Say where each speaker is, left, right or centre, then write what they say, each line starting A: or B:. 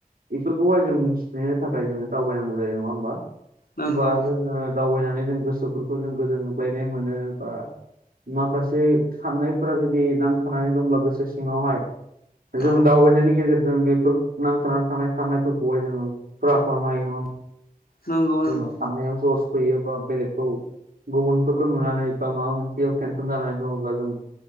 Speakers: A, on the right; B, on the left.
A: बेफोरखौहाय जों मिथिनो थाखाय जोंङो दावबायनांगौ जायो नङा होमबा?
B: नंगौ
A: होमबा जोङो दावबायनानै जों गोसोफोरखौ जों गोजोनग्लायनाय मोनो बा माखासे साननायफोरा जुदि नांथानानै दंब्ला गोसो सिङावहाय जों
B: औ
A: दावबाय नाय गेजेरजों बेफोर नांथारनानै थानाय साननायफोरखौहाय जोंङो फुरा खालामनो हायो नंङा
B: नंगौ नंगौ
A: सानायाव जस फैयो बा बेलेकखौ गुबुनफोरखौ नुनानै बा माबा मोनसेयाव टेनसन जानानै दंङोबा जों